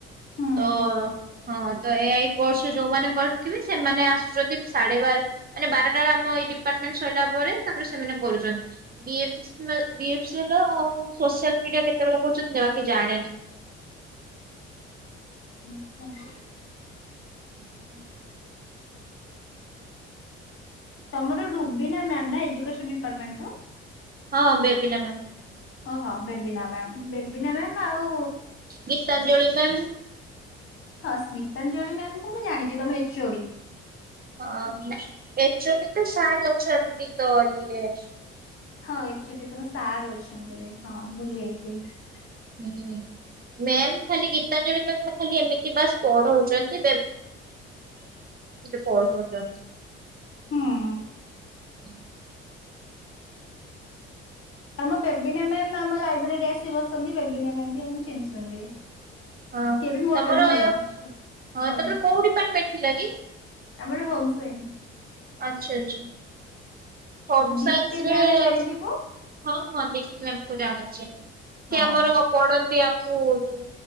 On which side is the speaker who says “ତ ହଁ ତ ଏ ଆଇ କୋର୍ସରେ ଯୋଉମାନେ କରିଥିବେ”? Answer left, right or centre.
Right